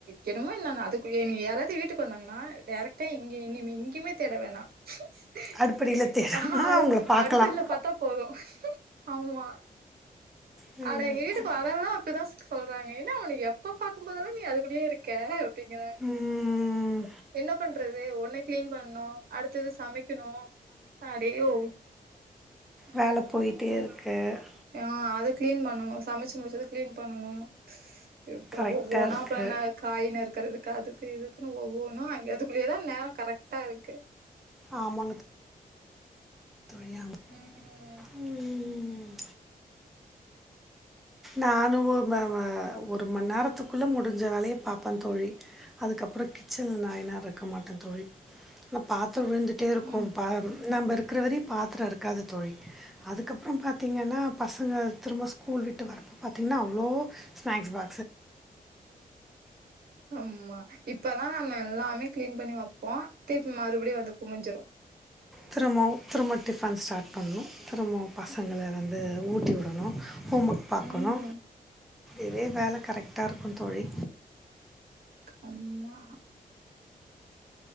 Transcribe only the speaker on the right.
என்னமோ நா அது குள்ளயே நீ யாராது வீட்டுக்கு வந்தாங்கன்னா டேரெக்ட்டா எங் இனிமே எங்கிய்மே தேட வேணா‌அ
அடுபுல்ல பாத்தா போது ஆமா
அட ஏ வீட்டுக்கு
வரவலா அப்டிதா சொ சொல்றாங்க என்ன ஒனக்கு எப்பப் பாக்கும்போதெல்லா நீ அதுக்குள்ளயே இருக்க அப் டிங்குறாங்க
என்ன பண்றது ஒன்னு க்ளீன் பண்னு அடுத்தது சமைக்கணு அப்டே ஒ ச்ச்
அ அத க்ளீன் பண்ணனு சமச்சு முடிச்சது க்ளீன் பண்ணனு அப்றோ
ஓ ஓனா
அப்றோ என்னா காயி நறுக்கறதுக்காது க்கு இதுக்கின்னு ஒவ்வொன்னா இங்க அதுக்குள்ளயேதா நேரோ கரெக்ட்டாருக்கு
ம்
ம்
ஆமா இப்பதா நம்ப எல்லாமே க்ளீன் பண்ணி வப்போ திருப்பி மறுபடி வந்து குமிஞ்சுரு
ம்
அம்மா